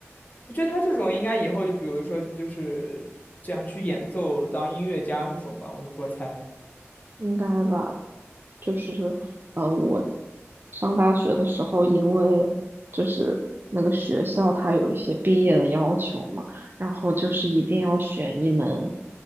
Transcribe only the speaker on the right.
应该吧。就是呃，我上大学的时候，因为就是那个学校它有一些毕业的要求嘛，然后就是一定要选一门